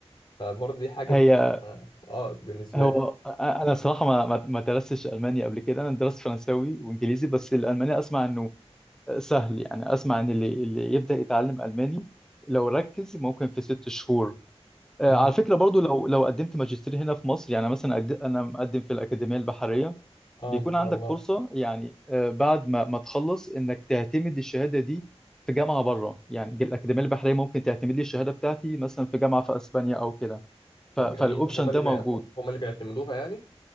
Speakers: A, on the left (about 40°); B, in the centre.
A: فبرضه دي حاجه
B: هي
A: بتبقى عائق بالنسبه
B: هو
A: لي
B: أ- انا صراحه ما ما ما درستش الماني قبل كده انا درست فرنساوي وانجليزي بس الالماني اسمع انه سهل يعني اسمع ان اللي اللي يبدا يتعلم الماني لو ركز ممكن في ست شهور آه،
A: امم
B: على فكرة برضو لو لو قدمت ماجستير هنا في مصر يعني مثلا أجد- أنا مقدم في الأكاديمية البحرية
A: اه
B: بيكون
A: ما شاء
B: عندك
A: الله
B: فرصة يعني آه، بعد ما ما تخلص إنك تعتمد الشهادة دي في جامعة بره يعني الأكاديمية البحرية ممكن تعتمد لي الشهادة بتاعتي مثلا في جامعة في أسبانيا أو كده ف-
A: طب
B: فالأوبشن
A: جميل هما اللي
B: ده
A: بي...
B: موجود
A: هما اللي بيعتمدوها يعني